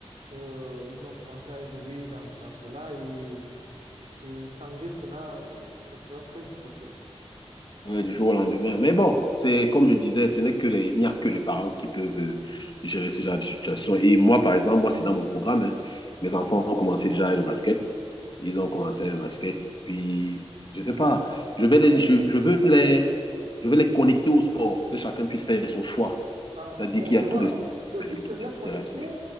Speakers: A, on the right (about 70°); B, on the left (about 45°).
A: euh, ils ont commencé à évoluer dans, dans cela et, et changer cela, euh, ça sera très difficile.
B: Ouais, du jour
A: Donc,
B: au lendemain. Mais bon, c'est comme je disais, ce n'est que les... il n'y a que les parents qui peuvent euh, gérer ce genre de situation. Et moi, par exemple, moi, c'est dans mon programme. hein. Mes enfants
A: euh,
B: ont commencé déjà le basket. Ils
A: oui.
B: ont commencé le basket. Et puis, je sais
A: Ah,
B: pas,
A: après,
B: je vais les... je, je veux les... je veux les connecter au sport, que chacun puisse faire son choix.
A: ah,
B: C'est-à-dire
A: bon,
B: qu'il
A: je
B: y a tous
A: vois,
B: les sports.
A: le
B: Fais
A: but,
B: ce qui
A: c'est
B: t'intéresse,
A: de les connecter
B: oui.